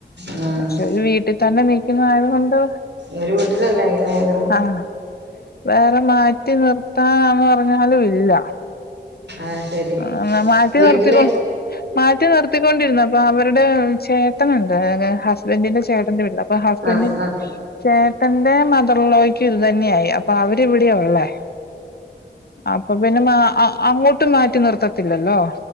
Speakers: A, on the right (about 75°); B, on the left (about 60°).
A: ആഹ്
B: പക്ഷെ
A: ആഹ്
B: ഒരു വീട്ടി തന്നെ നിക്കുന്ന ആയത് കൊണ്ട്
A: ഒരു വീട്ടിലല്ലേ എങ്ങനെയാലും
B: ആഹ് വേറെ മാറ്റി നിർത്താനാന്ന് പറഞ്ഞാലും ഇല്ല
A: ആഹ് ശരി
B: ആന്ന മാറ്റി
A: വീട്ടിലെ
B: നിർത്തിക്കൊണ്ട് മാറ്റി നിർത്തിക്കൊണ്ടിരുന്നു അപ്പൊ അവരുടെ ചേട്ടനുണ്ട് ഹസ്ബന്റിന്റെ ചേട്ടന്റെ വീട്ടില അപ്പൊ ഹസ്ബൻഡിന്റെ
A: ആഹ് ആഹ്
B: ചേട്ടന്റെ മദർ ലോയ്ക്കും ഇത് തന്നെയ ആായി അപ്പൊ അവരിവിടെയ ഉള്ളേ അപ്പൊ പിന്നെ മാ അങ്ങോട്ടും മാറ്റി നിർത്തത്തില്ലല്ലോ